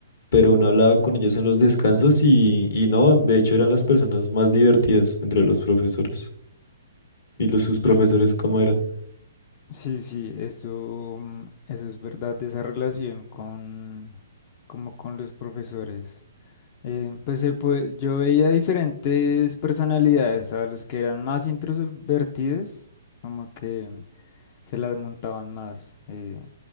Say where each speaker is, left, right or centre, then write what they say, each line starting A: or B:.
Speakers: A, on the left (about 60°); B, on the left (about 35°).
A: pero uno hablaba con ellos en los descansos y, y no, de hecho eran las personas más divertidas entre los profesores. ¿Y los sus profesores cómo eran?
B: Sí, sí, eso, mm, eso es verdad, esa relación con, como con los profesores. Eh, pues, se pue- yo veía diferentes personalidades, a los que eran más introvertidos, como que mm, se las montaban más, eh,